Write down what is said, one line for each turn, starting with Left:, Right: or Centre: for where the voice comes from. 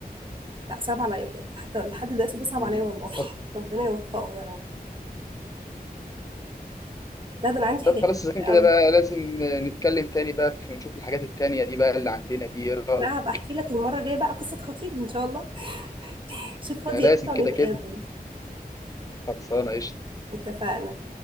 Right: لا صعب عليا بجد حتى لحد دلوقتي بيصعب
Left: مم.
Right: عليا والله
Left: طب
Right: <laughs> ربنا يوفقه يا رب لا ده انا عندي
Left: طب
Right: حاجات
Left: خلاص
Right: كتير
Left: اذا كان كده
Right: قوي
Left: بقى لازم نتكلم تاني بقى في نشوف الحاجات التانية دي بقى اللي عندنا دي ايه رايك
Right: لا هبقى احكي لك المره الجايه بقى قصه خطيبي ان شاء الله <laughs> شوف فاضيه
Left: ده لازم
Right: امتى
Left: كده
Right: ونتقابل
Left: كده خلصانه قشطه
Right: اتفقنا